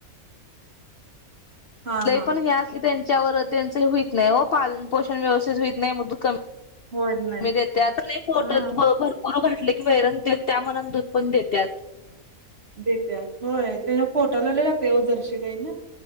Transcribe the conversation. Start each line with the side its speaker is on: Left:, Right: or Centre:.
Right: हा हा
Left: पण हे अस त्यांच्यावर त्यांच होत नाही व पालन पोषण व्यवस्थित होत नाही
Right: होयच नाही
Left: मी देते आता फोट
Right: हा
Left: ब भरपूर पर घटले की वैरण ते त्या मनात दूध पण देतात
Right: देतत होय त्यांना पोटाला ल लागते येव जरशी गई ना